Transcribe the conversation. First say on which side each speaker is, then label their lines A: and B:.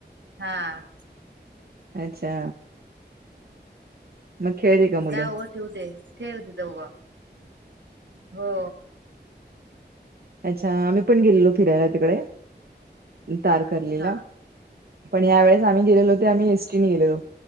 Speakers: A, on the right; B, on the right.
A: हा
B: अच्छा मग खेळली का मूल
A: जा उगं ठेवते ठेव तिथं उभा हो
B: अच्छा आम्ही पण गेलोलो फिरायला तिकडे तारकर्लीला
A: हा
B: पण या वेळेस आम्ही गेलेलो ते आम्ही एसटी न गेलेलो